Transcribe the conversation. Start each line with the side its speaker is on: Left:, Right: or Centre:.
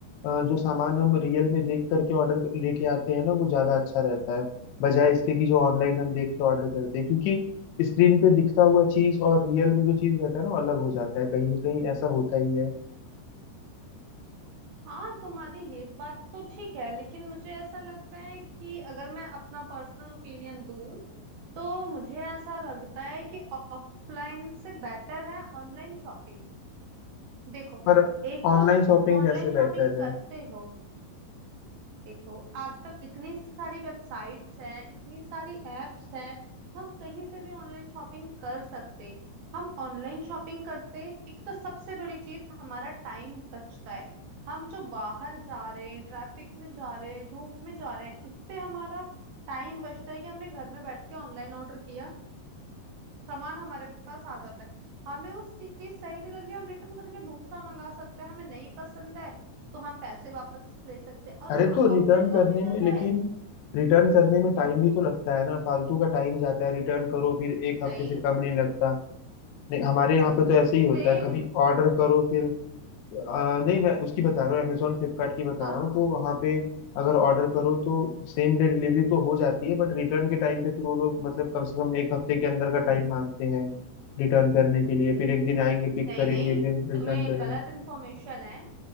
Left: अ, जो सामान हम रियल में देख करके ऑर्डर लेके आते हैं ना वो ज़्यादा अच्छा रहता है बजाय इसके कि जो ऑनलाइन हम देख के ऑर्डर करते हैं क्योंकि स्क्रीन पे दिखता हुआ चीज और रियल में जो चीज रहता है ना वो अलग हो जाता है कहीं ना कहीं ऐसा होता ही है
Right: हाँ तुम्हारी ये बात तो ठीक है लेकिन मुझे ऐसा लगता है कि अगर मैं अपना पर्सनल ओपिनियन दूं तो मुझे ऐसा लगता है कि ऑफलाइन से बेटर है ऑनलाइन शॉपिंग देखो
Left: पर
Right: एक
Left: ऑनलाइन
Right: तो अगर तुम
Left: शॉपिंग
Right: ऑनलाइन
Left: कैसे
Right: शॉपिंग
Left: बेहतर है
Right: करते हो देखो आजकल इतनी सारी वेबसाइट्स हैं इतनी सारी एप्स हैं हम कहीं से भी ऑनलाइन शॉपिंग कर सकते हैं। हम ऑनलाइन शॉपिंग करते एक तो सबसे बड़ी चीज हमारा टाइम बचता है हम जो बाहर जा रहे हैं ट्रैफिक में जा रहे हैं धूप में जा रहे हैं उससे हमारा टाइम बचता है कि हमने घर में बैठ के ऑनलाइन ऑर्डर किया सामान हमारे पास आ जाता है हमें वो चीज सही नहीं लग रही हम रिटर्न करके दूसरा मंगा सकते हैं हमें नहीं पसंद है तो हम पैसे वापस ले सकते हैं और
Left: अरे
Right: हाँ
Left: तो रिटर्न
Right: ऑफलाइन शॉपिंग
Left: करने
Right: में
Left: में
Right: ऐसा
Left: लेकिन
Right: है
Left: रिटर्न करने में टाइम
Right: हम्म
Left: भी तो लगता है ना फालतू का टाइम जाता है रिटर्न करो फिर एक हफ्ते
Right: नहीं
Left: से कम नहीं लगता नहीं हमारे यहाँ पे तो ऐसे ही होता
Right: सेम
Left: है कभी ऑर्डर करो फिर आ, नहीं मैं उसकी बता रहा हूँ अमेजोन फ्लिपकार्ट की बता
Right: हाँ
Left: रहा हूँ तो वहाँ पे अगर ऑर्डर करो तो सेम डे डिलीवरी तो हो जाती है बट रिटर्न के टाइम पे फिर वो लोग मतलब कम से कम एक हफ्ते के अंदर का टाइम मांगते हैं रिटर्न करने के लिए फिर एक दिन आएंगे पिक
Right: नहीं
Left: करेंगे
Right: नहीं
Left: एक दिन रिटर्न
Right: तुम्हें
Left: करेंगे
Right: गलत इन्फॉर्मेशन है